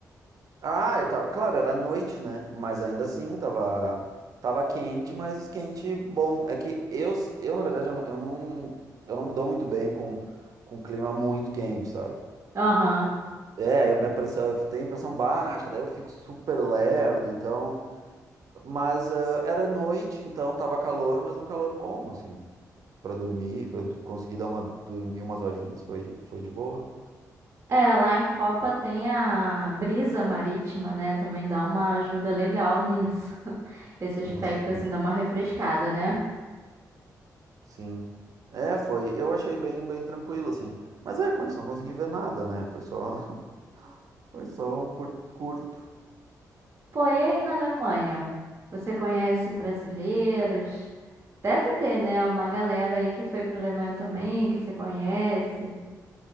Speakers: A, on the right; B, on the right.
A: Ah, e tava, claro, era noite, né? Mas ainda assim, tava, tava quente, mas quente bom. É que eu, eu na verdade, eu não, eu não, eu não me dou muito bem com, com clima muito quente, sabe?
B: Aham.
A: É, eu, minha pressão, eu tenho pressão baixa, daí eu fico super lerdo, então. Mas ah, era noite, então tava calor, mas um calor bom, assim, pra dormir. Foi, eu consegui dar uma, dormir umas horinhas, foi, foi de boa.
B: É, lá em Copa tem a brisa marítima, né? Também dá uma ajuda legal nisso. <laughs> Esse aspecto,
A: Hum, Assim,
B: assim, dá uma refrescada, né?
A: sim. É, foi. Eu achei bem, bem tranquilo, assim. Mas é, como eu disse, não consegui ver nada, né? Foi só, <laughs> foi só um cur- curto.
B: Pô, e aí na Alemanha? Você conhece brasileiros? Deve ter, né? Uma galera aí que foi pra Alemanha também, que se conhece.